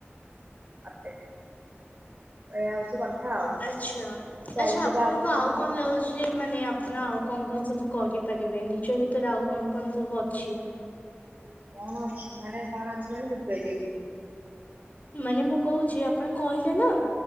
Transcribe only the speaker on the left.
ଆଚ୍ଛା
ଆଚ୍ଛା ଆପଣଙ୍କୁ
ଆଉ
କଣ ଲାଗୁ ଛି ମାନେ ଆପଣ ଆଉ କଣ କଣ ସବୁ କରିପାରିବେ ନିଜ ଭିତରେ ଆଉ କଣ କଣ ସବୁ ଅଛି।
ମାନେ ମୁଁ କହୁଚି ଆପଣ କହିଲେ ନା